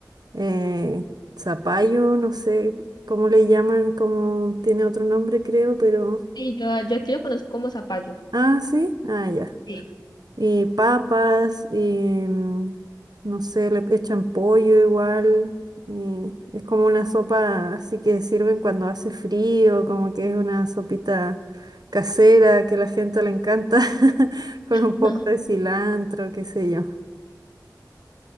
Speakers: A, on the right; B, on the left.
A: eh, zapallo, no sé cómo le llaman, como tiene otro nombre creo, pero...
B: Sí, yo, yo aquí lo conozco como zapallo.
A: Ah, sí. Ah, ya.
B: Sí.
A: eh, papas, em, no sé, le echan pollo igual. Y es como una sopa así que sirven cuando hace frío, como que es una sopita casera que a la gente le encanta, <laughs> con
B: <laughs>
A: un poco de cilantro, qué sé yo.